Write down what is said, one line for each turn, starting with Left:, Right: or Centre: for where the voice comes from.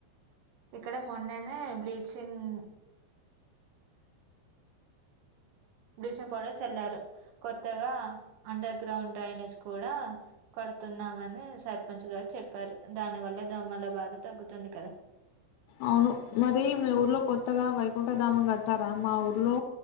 Right: ఇక్కడ మొన్ననే బ్లీచింగ్ బ్లీచింగ్ పౌడర్ చల్లారు. కొత్తగా అండర్ గ్రౌండ్ డ్రైనేజ్ కూడా కడుతున్నామని సర్పంచ్ గారు చెప్పారు. దాని వల్ల దోమల బాధ తగ్గుతుంది కదా.
Left: అవును మరి మీ ఊర్లో కొత్తగా వైకుంఠధామం కట్టారా మా ఊర్లో